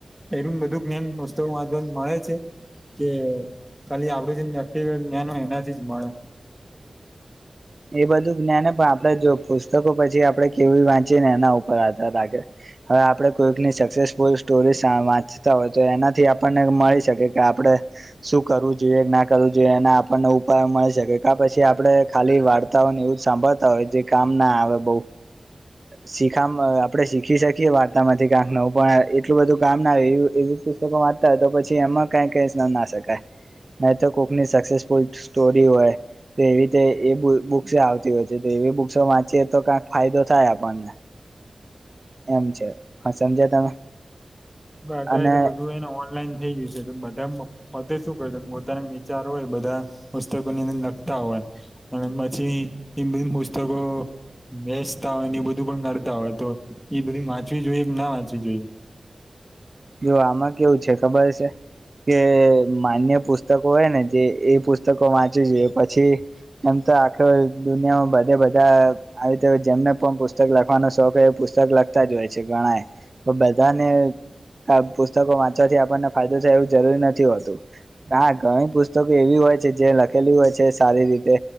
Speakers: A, in the centre; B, on the right.
A: ઘણું બધું જ્ઞાન પુસ્તક વાંચવાથી મળે છે. કે ખાલી આપડું જેમ વ્યક્તિ જ્ઞાન હોય એનાથી જ મળે
B: એ બધું જ્ઞાને પણ આપડે જો પુસ્તકો પછી આપડે કેવી વાંચીએ ને એના ઉપર આધાર રાખે હવે આ પડે કોઈકની સક્સેસફુલ સ્ટોરી સા વાંચતા હોય તો એનાથી આપણને મળી શકે કે આપણે શું કરવું જોઈએ ના કરવું જોઈએ એના આપણને ઉપાય મળી શકે કા પછી આપડે ખાલી વા ને એવું સાંભળતા હોય જે કામ ના આવે બો શીખમ આપડે સી ખી શકીએ વાર્તામાંથી કાંક નવું પણ એટલું બધું કામ ના આવે એવુ એવી પુસ્તકો વાંચતા હોય તો પછી એમાં કઈ કેસ ન ના શકાય નહી તો કોકની સક્સેસફુલ સ્ટોરી હોય તો એવી રીતે એ બુ બુક્સ આવતી હોય છે, તો એવી બુક્સો વાંચીએ તો કાક ફાયદો થાય આપણને એમ છે, હા સમજયા તમે
A: અત્યારે
B: અને
A: તો બધું એને ઓન. ઓફલાઈન થઈ ગયું છે બધા પોતે શું કરે પોતાના વિચાર હોય બધા પુસ્તકોની અંદર લખતા હોય અને પછી એ બી પુસ્તકો. બેસતા હોયન એ બધું પણ નડતા હોય તો, એ બધી વાંચવી જોઈએ ક ના વાંચવી જોઈએ?
B: જો આમાં કેવું છે, ખબર છે. કે માન્ય પુસ્તકો હોય ને જે એ પુસ્તકો વાંચવી જોઈ પછી એમ તો આખો દુનિયામાં બધે બધા આવી તો જેમને પણ પુસ્તક લખવાનો શોખ હોય એ પુસ્તક લખતા જ હોય છે, ગણાય તો બધાને આ પુસ્તકો વાંચવાથી આપણને ફાયદો થાય એવું જરૂરી નથી હોતું. નાા ઘણી પુસ્તકો એવી હોય છે જે લખેલી હોય છે સારી રીતે